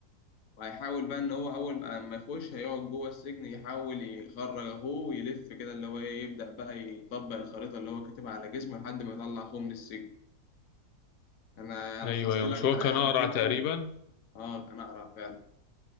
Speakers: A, on the left; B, on the left.
A: وهيحاول بقى إن هو أول ما ما يخش هيقعد جوه السجن يحاول يخرج أخوه ويلف كده اللي هو إيه يبدأ بقى يطبق الخريطة اللي هو كاتبها على جسمه لحد ما يطلع أخوه من السجن أنا
B: أيوه
A: لخصت
B: أيوه
A: يعني لك
B: مش
A: كان
B: هو
A: حلقات
B: كان
A: أقرأ
B: أقرع
A: كتير
B: تقريبا؟
A: قوي آه كان أقرع فعلا